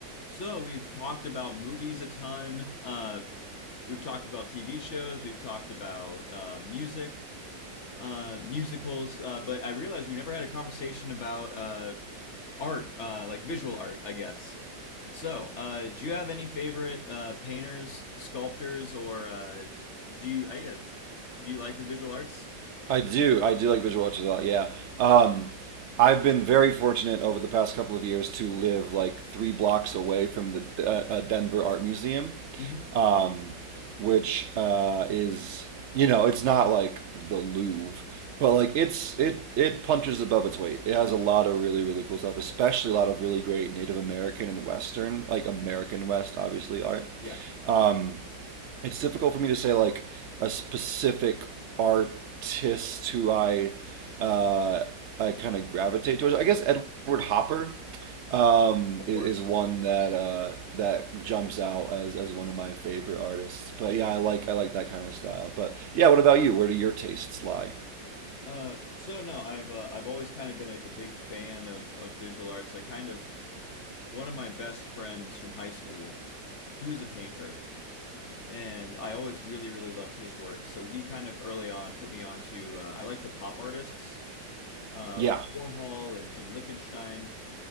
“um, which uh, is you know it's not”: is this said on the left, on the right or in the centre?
Right